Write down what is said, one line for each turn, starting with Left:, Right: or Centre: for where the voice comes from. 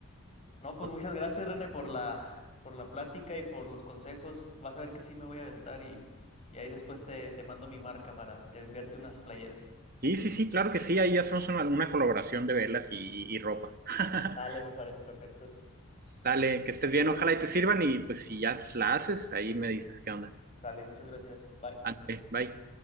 Left: No, pues
Right: O-
Left: muchas gracias, René, por la, por la plática y por los consejos. Vas a ver que sí me voy a aventar y, y ahí después te, te mando mi marca para enviarte unas playeras.
Right: Sí, sí, sí, claro que sí. Ahí hacemos una, una colaboración de velas y, y ropa. <laughs>
Left: Sale, me parece perfecto.
Right: Sale, que estés bien, ojalá y te sirvan y pues si ya la haces, ahí me dices qué onda.
Left: Sale, muchas gracias. Bye.
Right: Ande, bye.